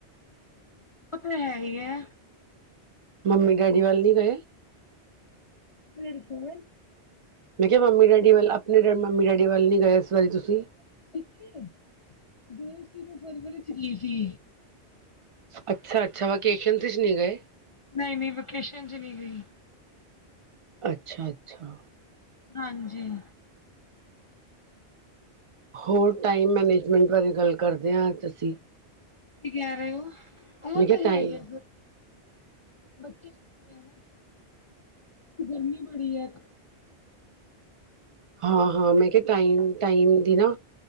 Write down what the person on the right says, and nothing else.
ਮੰਮੀ ਡੈਡੀ ਵੱਲ ਨਈ ਗਏ?
ਮੈਂ ਕਿਆ ਮੰਮੀ ਡੈਡੀ ਵੱਲ, ਆਪਣੇ ਮੰਮੀ ਡੈਡੀ ਵੱਲ ਨੀ ਗਏ ਇਸ ਵਾਰੀ ਤੁਸੀਂ?
ਅੱਛਾ-ਅੱਛਾ, ਵਿਕੇਸ਼ਨਸ ਇੱਚ ਨਹੀਂ ਗਏ?
ਅੱਛਾ-ਅੱਛਾ।
ਹੋਰ ਟਾਈਮ ਮੈਨੇਜਮੈਂਟ ਬਾਰੇ ਗੱਲ ਕਰਦੇ ਆ ਅੱਜ ਤਸੀਂ।
ਮੈਂ ਕਿਹਾ
ਟਾਈਮ
ਹਾਂ-ਹਾਂ ਮੈਂ ਕੇਹਾ ਟਾਈਮ-ਟਾਈਮ ਦੀ ਨਾ,